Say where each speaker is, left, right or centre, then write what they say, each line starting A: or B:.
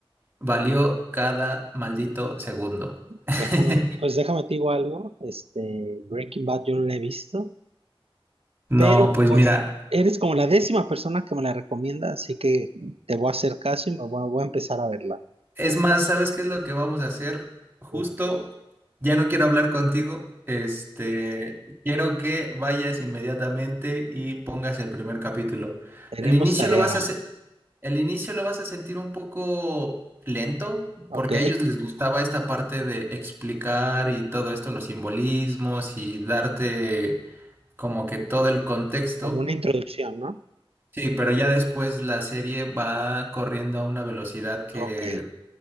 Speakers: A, on the right; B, on the right.
A: Valió cada maldito segundo. <laughs>
B: Déjame, pues déjame te digo algo, este, Breaking Bad yo no la he visto,
A: No,
B: pero
A: pues
B: pues
A: mira,
B: eres como la décima persona que me la recomienda, así que te voy a hacer caso y me voy, voy a empezar a verla.
A: es más, ¿sabes qué es lo que vamos a hacer? Justo,
B: Digo,
A: ya no quiero hablar contigo, este, quiero que vayas inmediatamente y pongas el primer capítulo.
B: Tenemos
A: El inicio
B: tarea,
A: lo vas a se- el inicio lo vas a sentir un poco lento,
B: ¿ok?
A: porque a ellos les gustaba esta parte de explicar y todo esto, los simbolismos y darte como que todo el contexto.
B: Como una introducción, ¿no?
A: Sí, pero ya después la serie va corriendo a una velocidad que
B: Ok,